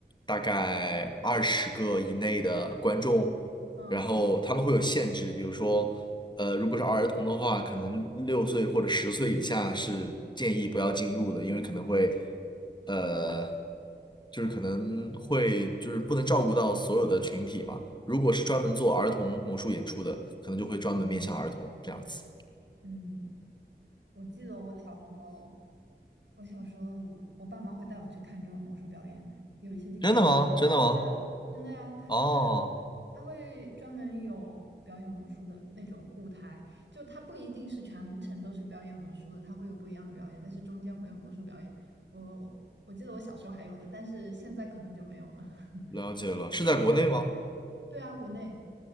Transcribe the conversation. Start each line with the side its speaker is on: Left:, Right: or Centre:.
Left: 大概二十个以内的观众，
Right: 嗯
Left: 然后他们会有限制，比如说，呃，如果是儿童的话，可能六岁或者十岁以下是建议不要进入的，因为可能会，呃，就是可能会就是不能照顾到所有的群体嘛。如果是专门做儿童魔术演出的，可能就会专门面向儿童这样子。
Right: 嗯。我记得我小时候，我小时候，我爸妈会带我去看这种魔术表演呢。有一些地方他
Left: 真的吗？真的吗？
Right: <laughs>，对啊，真的呀，他就是
Left: 哦，
Right: 他会专门有表演魔术的那种舞台，就他不一定是全程都是表演魔术的，他会有不一样的表演，但是中间会有魔术表演。我我记得我小时候还有的，但是现在可能就没有了。<laughs>
Left: 了解了，是在国内吗？
Right: 对啊，国内。